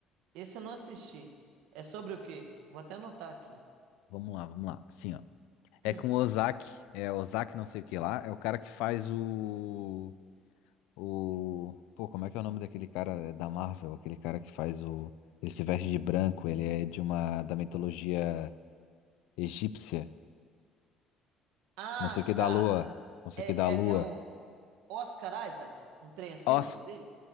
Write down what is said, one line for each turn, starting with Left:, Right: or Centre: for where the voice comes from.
Right: Esse eu não assisti. É sobre o quê? Vou até anotar aqui.
Left: Vamos lá, vamos lá. Assim, ó. É
Right: Hum.
Left: com o Ozaki, é Ozaki não sei o que lá, é o cara que faz o, o... Pô, como é que é o nome daquele cara é, da Marvel? Aquele cara que faz o... Ele se veste de branco, ele é de uma... da mitologia egípcia.
Right: Ah,
Left: Não sei o que da
Right: tá.
Left: lua, não sei
Right: É,
Left: o que da lua.
Right: é, é o Oscar Isaac? Um trem assim,
Left: Os...
Right: o nome dele?